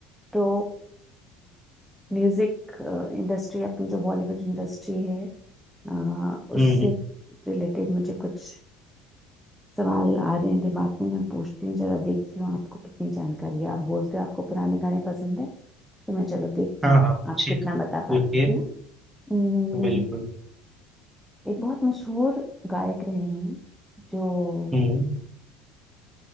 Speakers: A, in the centre; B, on the right.
A: तो म्यूजिक इंडस्ट्री अपनी जो बॉलीवुड इंडस्ट्री है अ,
B: हम्म
A: उससे
B: हम्म,
A: रिलेटेड मुझे कुछ सवाल आ रहे हैं दिमाग में मैं पूछती हूँ जरा देखती हूँ आपको कितनी जानकारी है आप बोलते हो आपको पुराने गाने पसंद है तो मैं चलो देखती
B: हाँ
A: हूँ
B: हाँ पूछिए
A: आप कितना बता
B: पूछिए
A: पाते हैं है ना उम्म,
B: बिल्कुल
A: एक बहुत मशहूर गायक रहे हैं जो
B: हम्म